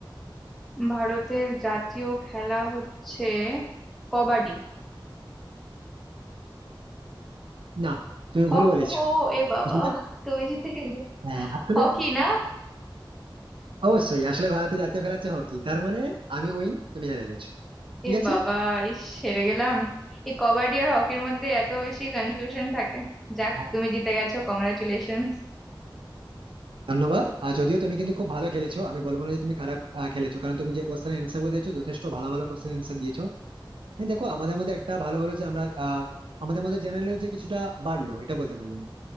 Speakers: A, in the centre; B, on the right.
A: ভারতের জাতীয় খেলা হচ্ছে কবাডি
B: না তুমি
A: হকি
B: ভুল বলেছো
A: ও এ বাবা
B: আসলে
A: তুমি জিতে গেলে
B: হ্যাঁ আসলে
A: হকি না
B: অবশ্যই আসলে ভারতের জাতীয় খেলা হচ্ছে হকি তার মানে আমি উইন তুমি হেরে গেছো ঠিক
A: এ
B: আছে
A: বাবা ইস হেরে গেলাম এই কবাডি আর হকির মধ্যে এত বেশি কনফিউশন থাকে যাক
B: হ্যাঁ,
A: তুমি জিতে গেছো কংগ্রাচুলেশনস
B: ধন্যবাদ আর যদিও তুমি কিন্তু খুব ভালো খেলেছো আমি বলবো না যে তুমি খারাপ আহ, খেলেছো কারণ তুমি যে কোশ্চেন অ্যান্সার গুলো দিয়েছো যথেষ্ট ভালো ভালো কোশ্চেন অ্যান্সার দিয়েছো হ্যাঁ, দেখো আমাদের মধ্যে একটা ভালো ভালো যে আমরা আহ, আমাদের মধ্যে জেনারেল যে কিছুটা বাড়লো এটা বলতে পারি আমি